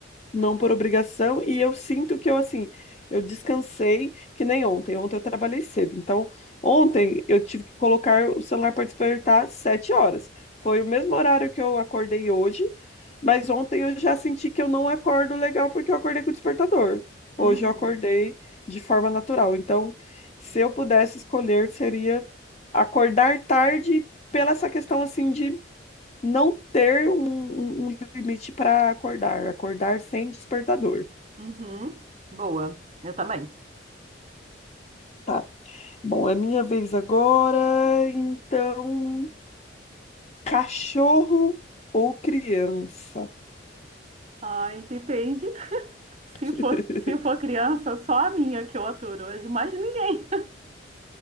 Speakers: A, on the left; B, on the right.
A: não por obrigação, e eu sinto que eu, assim, eu descansei que nem ontem. Ontem eu trabalhei cedo, então ontem eu tive que colocar o celular para despertar às sete horas. Foi o mesmo horário que eu acordei hoje, mas ontem eu já senti que eu não acordo legal porque eu acordei com o despertador.
B: uhum,
A: Hoje eu acordei de forma natural. Então, se eu pudesse escolher, seria acordar tarde pela essa questão, assim, de não ter um, um- um limite para acordar, acordar sem despertador.
B: Uhum. Boa, eu também.
A: Tá. Bom, é minha vez agora. Então, cachorro ou criança?
B: Ai, depende. <laughs> Se
A: <laughs>
B: for, se for criança, só a minha que eu aturo, é de mais ninguém.